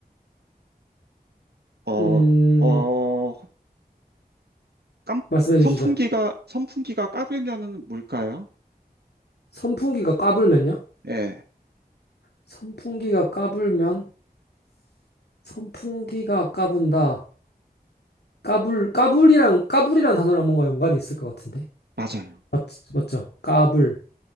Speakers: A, on the right; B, on the left.
A: 어,
B: 음,
A: 어, 깜,
B: 말씀해
A: 선풍기가,
B: 주시죠.
A: 선풍기가 까불면은 뭘까요?
B: 선풍기가 까불면요?
A: 예,
B: 선풍기가 까불면? 선풍기가 까분다. 까불, 까불이랑, 까불이란 단어랑 뭔가 연관이 있을 것 같은데.
A: 맞아요.
B: 맞, 맞죠? 까불.